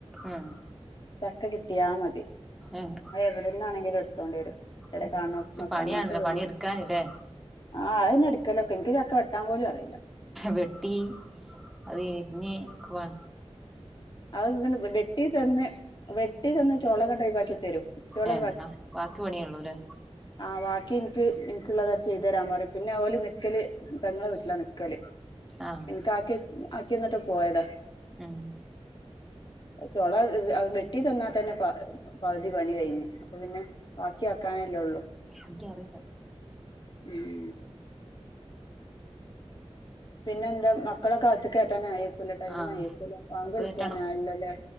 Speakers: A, in the centre; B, on the left.
A: ആഹ്
B: ചക്ക കിട്ടിയാ മതി
A: ആഹ്
B: അത് എവിടന്നാണെങ്കിലും എടുത്തോണ്ട് വരും. എടെ
A: ഉം
B: കാൺണോടത്ത്ന്നൊക്ക
A: കുറച്ച് പണിയാണല്ലോ
B: അങ്ങനത്തത്
A: പണിയെടുക്കാനില്ലേ
B: ഒന്നുല്ല. ആഹ് അയിന് എടുക്കലോക്കെ എനിക്ക് ചക്ക വെട്ടാൻ പോലും അറിയില്ല.
A: വെട്ടി അത് എരിഞ്ഞ് വ
B: അ ഇങ്ങനെ വെട്ടി തന്ന് വെട്ടി തന്ന് ചോള അങ്ങട്ട് ഒഴിവാക്കി തരും കുട്ട്യോള്
A: ഏഹ് ന്നാ വാക്കി പണിയുള്ളൂല്ലേ?
B: ആഹ് വാക്കി ഇൻക്ക് എനിക്കുള്ളതാര് ചെയ്ത് തരാൻ പറയി പിന്നെ ഓല് നിക്കല് പെങ്ങളെ വീട്ടിലാ നിക്കല്
A: ആഹ്
B: ഇൻക്ക് ആക്കി ആക്കിയന്നിട്ട് പോയതാ.
A: ഉം.
B: ചോള ഇല്ലത് അത് വെട്ടി തന്ന തന്നെ പ പകുതി പണി കഴിഞ്ഞ്. അപ്പോ പിന്നെ ബാക്കി ആക്കാനല്ലേ ഉള്ളു.
A: എനിക്കറീല.
B: ഉം. പിന്നെ എന്താ മക്കളെ ഒക്കെ അകത്ക്ക് ‌കേറ്റാനായേ? ക്കൂലേ ടൈമായേക്കുലേ
A: ആഹ്
B: വാങ്ക്
A: അപ്പ
B: വിളിക്കാൻ
A: കയറ്റണം
B: ആയാല്ലോ ലേ